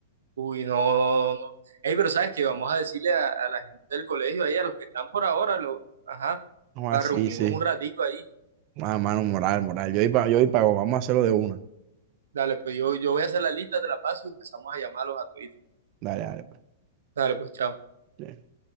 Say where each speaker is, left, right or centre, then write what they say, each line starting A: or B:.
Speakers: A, on the right (about 85°); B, on the right (about 40°).
A: uy, no, no, no. no. Ey, pero sabes que vamos a decirle a, a la gente del colegio ahí, a los que están por ahora, lo, ajá,
B: no,
A: para
B: así,
A: reunirnos
B: sí,
A: un ratico ahí.
B: ah, mano, moral, moral, yo y pa, yo y pago, vamos a hacerlo de una,
A: Dale, pues yo, yo voy a hacer la lista, te la paso y empezamos a llamarlos a Twitter.
B: dale, dale, pues.
A: Dale, pues chao.
B: Sí.